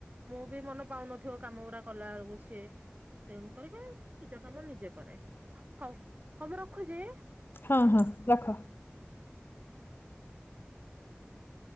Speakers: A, on the right (about 35°); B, on the left (about 60°).
A: ମୁଁ ବି ମନ ପାଉନଥିବ କାମ ଗୁରା କଲା ବେଳକୁ ସିଏ ତେଣୁ କର ନିଜ କାମ ନିଜେ କରେ ହଉ ହ ମୁଁ ରଖୁଛି।
B: ହଁ ହଁ ରଖ।
A: <inaudible>